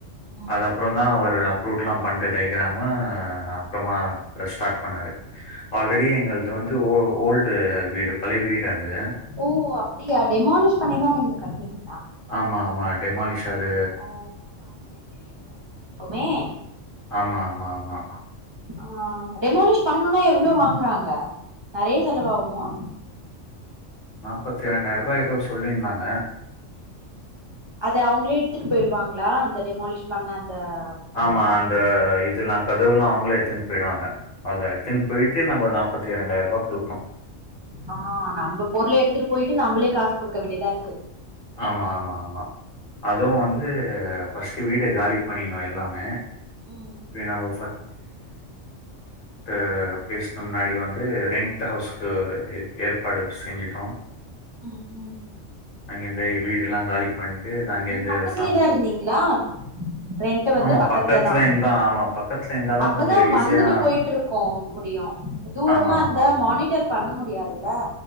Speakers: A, on the right (about 35°); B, on the left (about 45°).
A: ம்
B: அதுப்புற தான் அப்ரூல்லாம் பண்ணட்டு டைக்கிராமு ஆ அப்புறமா ஸ்டார்ட் பண்ணாரு ஆல்ரெடி எங்களது வந்து ஓல்டு வீடு பழைய வீடு அது.
A: ஓ அப்டியா டெமாலிஷ் பண்ணிதா நீங்க கட்னிங்
B: ஆமா ஆமா டெமாலிஷ் அது
A: ஓ மே
B: ஆமா ஆமா ஆமா
A: ஆஹ் ரெமாலிஷ் பண்ணுனா எவ்வளவு வாங்குறாங்க நிறைய செலவாகுமா
B: முப்பத்தி இரண்டாயிர ரூபா ஏதோ சொல்லியிருந்தாங்க
A: அத அவங்களே எடுத்துட்டு போயிடுவாங்களா அந்த டெமாலிஷ் பண்ண அந்த ஆ
B: ஆமா அந்த
A: இதெல்லா
B: இதெல்லா கதவுலா அவுங்களே எடுத்துனுபோய்டுவாங்க அத எடுத்தின் போயிட்டு நம்ம நாப்பத்தி இரண்டாயிர ரூபா குடுக்கணு
A: ஆ நம்ம பொருள எடுத்துட்டு போயிட்டு நம்மளே காசு குடுக்க வேண்டியதா இருக்கு
B: ஆமா ஆமா ஆமா அதுவு வந்து ஃபஸ்டு வீட காலி பண்ணினு எல்லாமே
A: ம்
B: இது நம்ம அ பேசுன முன்னாடி வந்து ரெண்ட் ஹவுஸ்கு ஏற்பாடு செஞ்சுட்டோ
A: உம் உம்
B: அங்கந்த வீடுல்லா காலி பண்ணிட்டு, அங்கேருந்து
A: உம் பக்கத்துலயேதா
B: சாமான்
A: இருந்தீங்களா ரெண்ட் வந்து
B: ஆமா
A: பக்கத்துல தா
B: இருந்தா ஆமா பக்கத்துல இருந்தா தான்
A: அப்பதா
B: கொஞ்சம் ஈஸியா
A: வந்துட்டு போயிட்டு இருக்கோ முடியும் தூரமா
B: ஆமா, ஆமா,
A: அந்த
B: ஆமா.
A: மானிட்டர் பண்ண முடி தெரியாதுல்ல